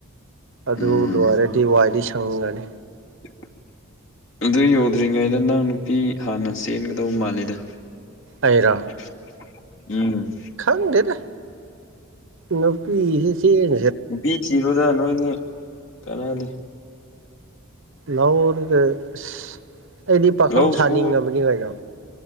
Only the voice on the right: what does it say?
ꯑꯗꯨ
ꯂꯣꯏꯔꯗꯤ ꯋꯥꯏꯗꯤ ꯁꯪꯉꯅꯤ꯫
ꯑꯩꯔꯣ
ꯈꯪꯗꯦꯗ ꯅꯨꯄꯤꯁꯤ ꯆꯦꯟ
ꯂꯧꯔꯒ ꯑꯁ ꯑꯩꯗꯤ ꯄꯥꯈꯪ
ꯁꯥꯅꯤꯡꯉꯕꯅꯤ
ꯀꯩꯅꯣ꯫